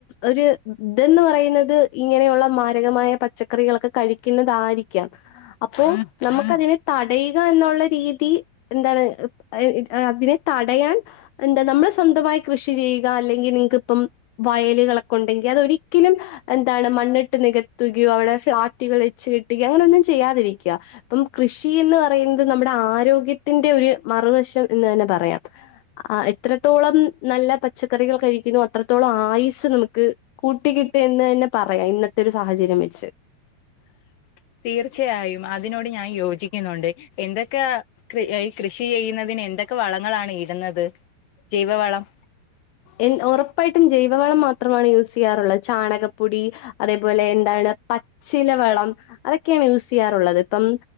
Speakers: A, on the left; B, on the left.
A: ഒരു ഇതന്ന് പറയുന്നത് ഇങ്ങനെയുള്ള മാരകമായ പച്ചക്കറികളൊക്കെ കഴിക്കുന്ന താരിക്കാം അപ്പോ നമുക്ക് അതിനെ തടയുക എന്നുള്ള രീതി എന്താണ് അതിനെ തടയാൻ എന്താ നമ്മളെ സ്വന്തമായി കൃഷി ചെയ്യുക അല്ലെങ്കി നിങ്ങക്ക് ഇപ്പം വയലുകളൊക്കെ ഉണ്ടെങ്കി അതൊരിക്കലും എന്താണ് മണ്ണിട്ട് നികത്തുകയോ അവിടെ ഫ്ളാറ്റുകൾ വെച്ച് കെട്ടി അങ്ങനെ ഒന്നും ചെയ്യാതിരിക്ക്യ അപ്പം കൃഷി എന്ന് പറയുന്നത് നമ്മുടെ ആരോഗ്യത്തിന്റെ ഒരു മ മറുവശം എന്നു തന്നെ പറയാം ആഹ് എത്രത്തോളം നല്ല പച്ചക്കറികൾ കഴിക്കുന്നു അത്രത്തോളം ആ ആയുസ് നമുക്ക് കൂട്ടി കിട്ടി എന്ന് തന്നെ പറയാം ഇന്നത്തെ ഒരു സാഹചര്യം വെച്ച്
B: <inaudible> തീർച്ചയായും അതിനോട് ഞാൻ യോജ് ജിക്കുന്നുണ്ട് എന്തൊക്കെ കൃ ഈ കൃഷി ചെയ്യുന്നതിന് എന്തൊക്കെ വളങ്ങളാണ് ഇടുന്നത് ജൈവ വളം
A: എൻ ഒറപ്പായിട്ടും ജൈവവളം മാത്രമാണ് യൂസ് ചെയ്യാറുള്ളത് ചാണകപ്പൊടി അതേപോലെ എന്താണ് പച്ചില വളം അതെക്കെയാണ് യൂസ് ചെയ്യാറുള്ളത് ഇപ്പം